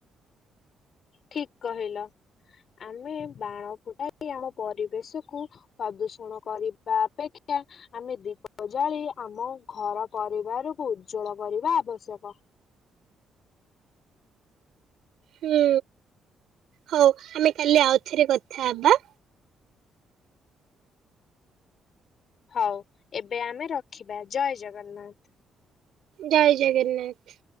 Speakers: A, on the left; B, on the right.
A: ଠିକ୍ କହିଲ। ଆମେ ବାଣ ଫୁଟାଇ ଆମ ପରିବେଶକୁ ପ୍ରଦୂଷଣ କରିବା ଅପେକ୍ଷା ଆମେ ଦୀପ ଜାଳି ଆମ ଘର ପରିବାରକୁ ଉଜ୍ଜଳ କରିବା ଆବଶ୍ୟକ।
B: ହୁଁ। ହଉ ଆମେ କାଲି ଆଉଥରେ କଥା ହବା।
A: ହଉ ଏବେ ଆମେ ରଖିବା ଜୟ ଜଗନ୍ନାଥ।
B: ଜୟ ଜଗନ୍ନାଥ।